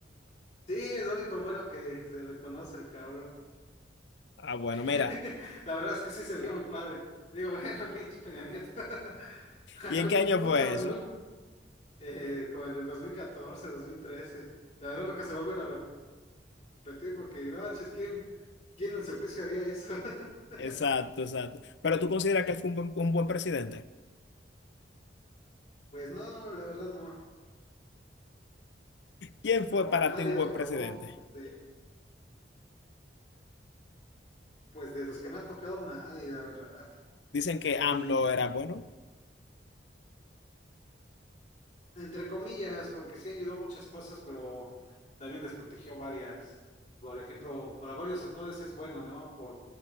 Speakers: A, on the left; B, on the left.
A: Sí, es lo único bueno que se reconoce el cabrón.
B: Ah, bueno,
A: <laughs>
B: mira.
A: La verdad es que sí se vio muy padre. Digo, <laughs> bueno, pinche Peña Nieto. <laughs> <laughs>
B: ¿Y en qué
A: Nunca,
B: año fue eso?
A: ningún, eh, como en el 2014, 2013. La verdad nunca se vuelven a repetir porque no manches, ¿quién, quién en su juicio haría eso? <laughs>
B: Exacto, exacto. Pero tú consideras que él fue un buen, un buen presidente.
A: Pues no, la verdad no.
B: ¿Quién fue
A: No,
B: para
A: nadie
B: ti un
A: lo
B: buen
A: aprobó.
B: presidente?
A: Este, pues de los que me han tocado, nadie, la verdad.
B: Dicen que
A: Ni,
B: AMLO era
A: ni-
B: bueno.
A: entre comillas, porque sí ayudó a muchas cosas, pero también desprotegió varias. Por ejemplo, para varios sectores es bueno, ¿no? Como